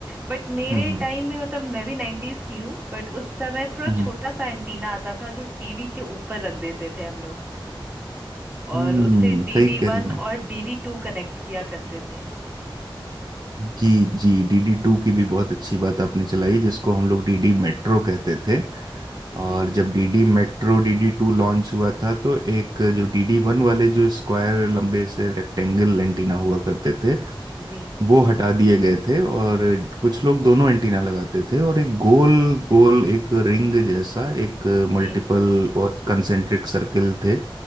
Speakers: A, on the right; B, on the right.
A: बट मेरे
B: हम्म हम्म
A: टाइम में मतलब मैं भी नाइन्टीज की हूँ बट उस समय थोड़ा
B: हम्म,
A: छोटा सा एंटीना आता था जो टीवी के ऊपर रख देते थे हम लोग
B: हम्म,
A: और उससे
B: हम्म,
A: डीडी
B: सही कह
A: वन
B: रही हैं आप।
A: और डीडी टू कनेक्ट किया करते थे
B: जी जी डीडी टू की भी बहुत अच्छी बात आपने चलाई जिसको हम लोग डीडी मेट्रो कहते थे और
A: जी
B: जब DD metro DD two launch हुआ था तो एक जो डीडी वन वाले जो स्क्वायर लंबे से रेक्टेंगल एंटीना हुआ करते थे
A: जी
B: वो हटा दिए गए थे और कुछ लोग दोनों एंटीना लगाते थे और एक गोल गोल एक रिंग जैसा एक मल्टीपल
A: जी
B: बहुत कंसेंट्रिक सर्किल थे